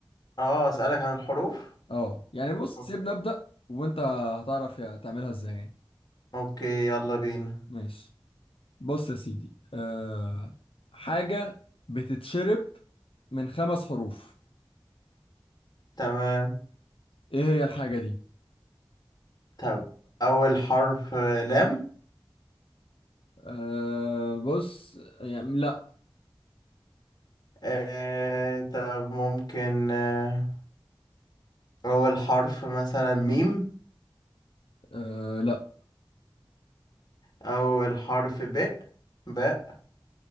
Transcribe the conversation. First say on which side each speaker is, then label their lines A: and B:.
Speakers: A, on the left; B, on the left.
A: اه اسالك عن الحروف
B: اه يعني بص
A: اوكي
B: سيبني أبدأ وانت هتعرف يا- تعملها ازاي يعني.
A: اوكي، يلا بينا
B: ماشي بص يا سيدي أه حاجة بتتشرب من خمس حروف
A: تمام
B: ايه هي الحاجة دي؟
A: طب اول حرف آه، لام
B: أه بص يعني لا
A: آه، طب ممكن آه، أول حرف مثلا ميم
B: أه لا
A: أو الحرف باء باء